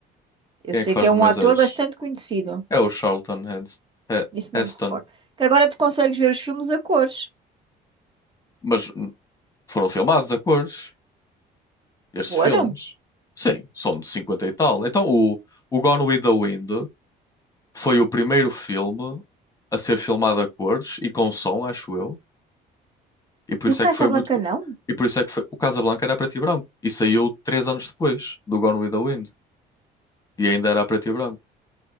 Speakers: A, on the right; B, on the left.
A: Eu
B: Quem é
A: sei
B: que faz
A: que é
B: de
A: um
B: Moisés?
A: ator bastante conhecido.
B: É o Charlton Hens- He-
A: Isso
B: Heston.
A: não me recordo. Que agora tu consegues ver os filmes a cores.
B: Mas hum, foram filmados a cores, estes
A: Foram?
B: filmes. Sim, são de 50 e tal. Então o, o Gone with the Wind foi o primeiro filme a ser filmado a cores e com som, acho eu, E por isso
A: E o
B: é
A: Casablanca
B: que foi muito.
A: não?
B: E por isso é que foi... o Casablanca era preto e branco. E saiu três anos depois do Gone with the Wind. E ainda era preto e branco.